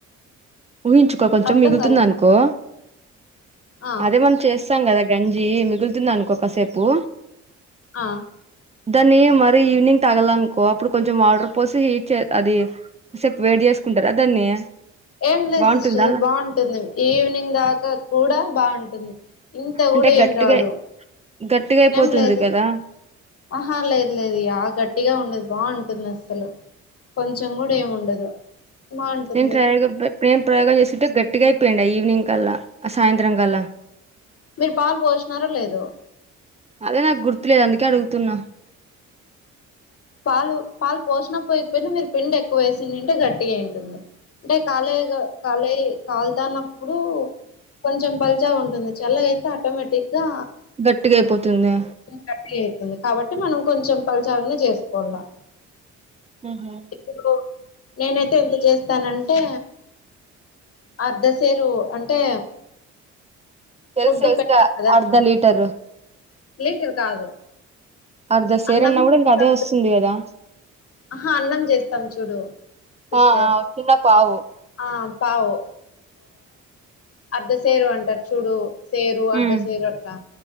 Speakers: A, on the right (about 20°); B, on the left (about 50°).
A: ఊహించుకో కొంచెం
B: అర్థం
A: మిగులుతుంది
B: కాలేదు
A: అనుకో
B: సిస్టర్ ఆ
A: అదే మన్ చేస్తాం కదా గంజి మిగులుతుంది అనుకోకసేపు
B: ఆ
A: దాన్ని మరీ ఈవినింగ్ తగలనుకో అప్పుడు కొంచెం ఆర్డర్ పోసి అదిసేపు వేట్ చేసుకుంటారా దాన్ని
B: ఏం లేదు
A: బాగుంటుందా
B: సిస్టర్
A: అలా
B: బాగుంటుంది ఈవినింగ్ దాకా కూడా బాగుంటుంది ఇంత
A: అంటే
B: కూడా
A: గట్టిగా
B: ఏం రాదు
A: గట్టిగా అయిపోతుంది
B: ఏం లేదు
A: కదా
B: ఆహా లేదు లేదు ఇగ గట్టిగా ఉండేది బాగుంటుంది అస్సలు కొంచెం కూడా ఏము ఉండదు బాగుంటుంది
A: ఎంట్రా ఎదో ప్రే ప్రేమ ప్రయోగాలు చేసింటే గట్టిగా అయిపోయిండా ఈవినింగ్ కల్లా అ సాయంత్రం కలా
B: మీరు పాలు పోసినారో లేదో
A: అదే నాకు గుర్తులేదు అందుకే అడుగుతున్నా
B: పాలు పాలు పోసిన పోయికపోయినా మీరు పిండి ఎక్కువ వేసింటే గట్టిగా అయి ఉంటుంది అంటే కాలయ కాలే కలుతాన్నప్పుడు కొంచెం పల్చా ఉంటుంది చల్ల అయితే ఆటోమేటిక్గా
A: గట్టిగా అయిపోతుందా
B: గట్టిగా అయితుంది కాబట్టి మనం కొంచెం పలచగనే చేసుకోవాలా
A: ఉహుమ్
B: ఇప్పుడు నేనైతే ఎంత చేస్తానంటే అర్ధశేరు అంటే
A: తెల్స
B: ఫుడ్
A: తెల్స
B: పెడతాను
A: గా
B: కదా
A: అర్ధ లీటర్
B: లీటర్ కాదు
A: అర్ధ సేరు
B: అన్నం
A: అన్నా కూడా
B: చేస్తాం
A: ఇంక అదే వస్తుంది
B: చూ
A: కదా
B: ఆహా అన్నం చేస్తాం చూడు సిస్టర్
A: ఆ ఆ చిన్న పావు
B: ఆ పావు అద్దసేరు అంటారు చూడు సేరు అర్ద్
A: మ్.
B: సేరు అట్లా